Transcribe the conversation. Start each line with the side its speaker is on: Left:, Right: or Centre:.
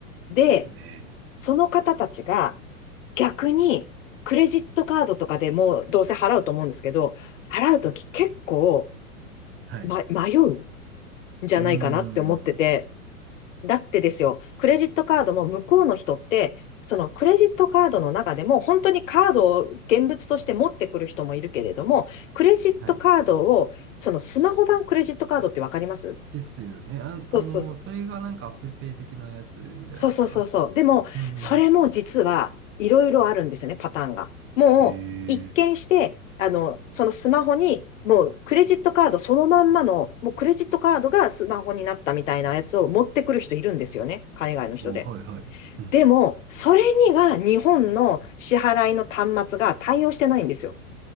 Left: で、
Right: ですね。
Left: その方たちが、逆に、クレジットカードとかでもどうせ払うと思うんですけど、払うとき結構、
Right: はい。
Left: ま、迷うんじゃないかなって思ってて、
Right: うーん。
Left: だってですよ、クレジットカードも向こうの人って、そのクレジットカードの中でも本当にカードを現物として持ってくる人もいるけれども、クレジットカードを、
Right: はい。
Left: そのスマホ版クレジットカードってわかります
Right: ですよね。あ、あの、
Left: そうそう、
Right: それがなんか Apple Pay 的なやつじゃないですか。
Left: そうそうそうそう。でも、
Right: うんうん。
Left: それも実はいろいろあるんですよね、パターンが。もう、
Right: え
Left: 一見して、
Right: ー。
Left: あの、そのスマホに、もうクレジットカードそのまんまの、もうクレジットカードがスマホになったみたいなやつを持ってくる人いるんですよね、海外の人で。
Right: お、はい、はい。うん。
Left: でも、それには日本の支払いの端末が対応してないんですよ。